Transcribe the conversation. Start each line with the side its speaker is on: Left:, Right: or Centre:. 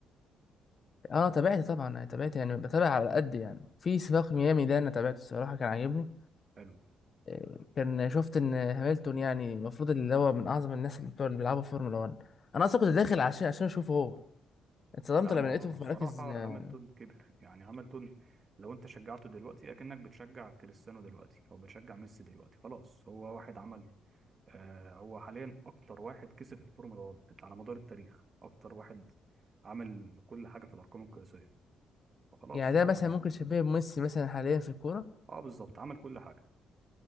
Left: اه تابعت طبعا انا تابعت يعني بتابع على قد يعني في سباق ميامي ده انا تابعته الصراحه كان عاجبني
Right: حلو
Left: آه، كان شفت ان هامilton يعني المفروض اللي هو من اعظم الناس اللي بتوع اللي بيلعبوا في فورمولا 1 انا اصلا كنت داخل عشان عشان اشوفه هو اتصدمت
Right: لا
Left: لما
Right: ما
Left: لقيته
Right: هو
Left: في
Right: الصراحة
Left: مراكز آه،
Right: هاملتون كبر يعني هاملتون لو انت شجعته دلوقتي اكنك بتشجع كريستيانو دلوقتي او بتشجع ميسي دلوقتي خلاص هو واحد عمل آه هو حاليا اكتر واحد كسب في الفورمولا 1 على مدار التاريخ اكتر واحد عمل كل حاجة في الارقام القياسية فخلاص
Left: يعني ده
Right: راحت
Left: مثلا
Right: عليه
Left: ممكن شبيه بميسي مثلا حاليا في الكوره
Right: اه بالظبط عمل كل حاجه